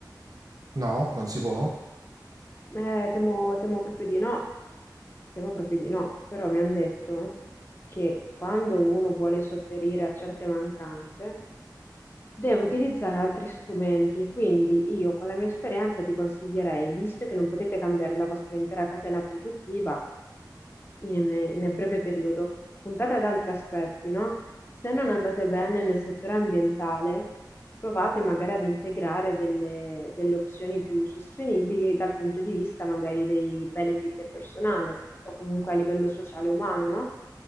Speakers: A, on the right; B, on the left.
A: No, non si può.
B: Eh, temo, temo proprio di no, temo proprio di no. Però mi hanno detto che quando uno vuole sopperire a certe mancanze, Devo utilizzare altri strumenti, quindi io con la mia esperienza ti consiglierei, visto che non potete cambiare la vostra intera catena produttiva, in- nel breve periodo, puntate ad altri aspetti, no? Se non andate bene nel settore ambientale, provate magari ad integrare delle, delle opzioni più sostenibili dal punto di vista magari dei benefit del personale o comunque a livello sociale e umano, no?